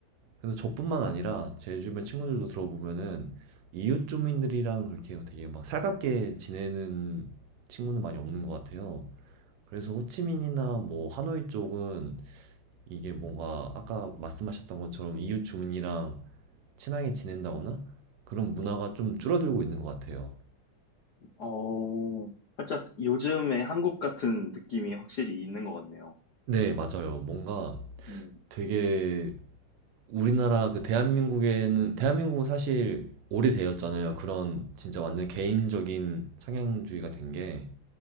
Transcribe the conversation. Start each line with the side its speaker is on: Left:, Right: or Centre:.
Right: 그래서 저뿐만 아니라 제 주변 친구들도 들어보면은 이웃 주민들이랑 그렇게 되게 막 살갑게 지내는 친구는 많이 없는 것 같아요. 그래서 호치민이나
Left: 음.
Right: 뭐 하노이 쪽은 이게 뭔가 아까 말씀하셨던 것처럼 이웃 주민이랑 친하게 지낸다거나 그런 문화가 좀 줄어들고 있는 것 같아요.
Left: 어, 살짝 요즘의 한국 같은 느낌이 확실히 있는 것 같네요.
Right: 네, 맞아요. 뭔가
Left: 음,
Right: 되게 우리나라 그 대한민국에는 대한민국은 사실 오래되었잖아요. 그런 진짜 완전 개인적인 상향주의가 된 게